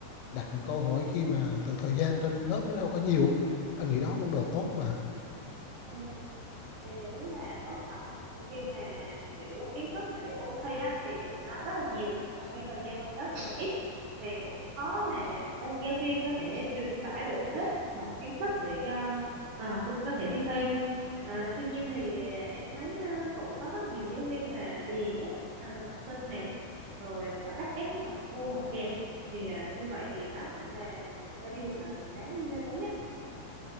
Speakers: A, on the left; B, on the right.
A: đặt những câu hỏi khi mà từ thời gian trên lớp nó đâu có nhiều anh nghĩ đó vấn đề tốt mà
B: Ừ. thì đúng là tốt thật Đôi khi mà kiểu kiến thức mà để ôn thi á thì nó rất là nhiều mà trong khi thời gian trong lớp thì nó ít thì cũng khó mà các giáo viên có thể truyền tải được hết mọi kiến thức để cho ờ, học sinh có thể đi thi À, tuy nhiên thì em thấy à, cũng có rất nhiều giáo viên là đè ép à, học sinh này rồi và bắt ép nó học cua học kèm thì à, như vậy thì đó cũng là một cái điều mà mình đáng lưu ý á